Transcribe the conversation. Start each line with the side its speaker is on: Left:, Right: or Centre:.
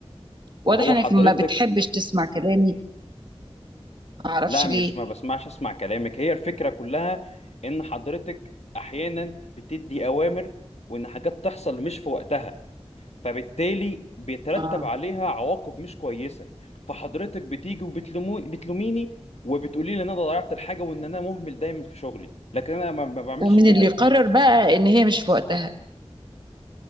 Right: واضح
Left: ما هو
Right: انك
Left: حضرتك
Right: ما بتحبش تسمع كلامي ما اعرفش
Left: لا
Right: ليه
Left: مش ما بسمعش اسمع كلامك هي الفكرة كلها ان حضرتك احيانا بتدي اوامر وان حاجات تحصل مش في وقتها فبالتالي بيترتب
Right: اه
Left: عليها عواقب مش كويسه فحضرتك بتيجي وبتلومو بتلوميني وبتقولي لي ان انا ضيعت الحاجه وان انا مهمل دايما في شغلي لكن انا ما ما بعملش
Right: ومن
Left: كده
Right: اللي قرر بقى ان هي مش في وقتها